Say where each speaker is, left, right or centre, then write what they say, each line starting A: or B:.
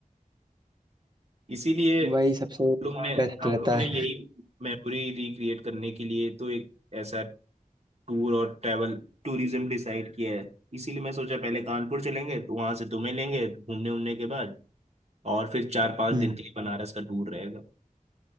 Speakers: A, on the right (about 45°); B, on the right (about 30°).
A: इसीलिए हम
B: वही सबसे
A: लोग ने
B: बेस्ट
A: हाँ
B: रहता
A: हम लोग ने
B: है
A: यही मेमोरी रिक्रिएट करने के लिए तो एक ऐसा टूर और ट्रैवल टूरिज्म डिसाइड किया है इसीलिए मैं सोचा पहले कानपुर चलेंगे तो वहां से तुम्हें लेंगे घूमने उमने के बाद और फिर चार पांच
B: हम्म
A: दिन के लिए बनारस का टूर रहेगा